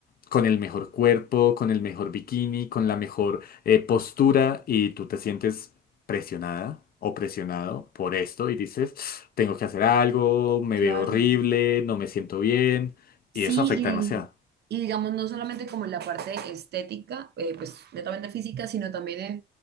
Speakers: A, on the left (about 50°); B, on the right (about 55°).
A: con el mejor cuerpo, con el mejor bikini, con la mejor eh, postura y tú te sientes presionada o presionado por esto y dices, tengo que hacer algo, me
B: Claro.
A: veo horrible, no me siento bien y
B: Sí,
A: eso afecta demasiado.
B: y, y digamos, no solamente como en la parte estética, eh, pues netamente física, sino también